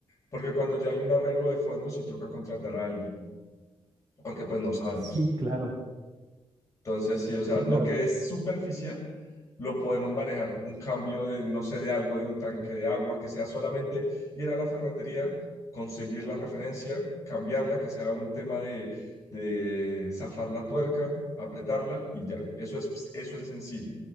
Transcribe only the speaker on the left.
porque cuando ya hay un arreglo de fondo, sí toca contratar a alguien, porque pues no sabemos.
Entonces, sí, o sea,
lo
que es superficial lo podemos manejar. Un cambio de, no sé, de algo, de un tanque de agua, que sea solamente ir a la ferretería, conseguir la referencia, cambiarla, que sea un tema de, de zafar la tuerca, apretarla y ya. Eso es, eso es sencillo.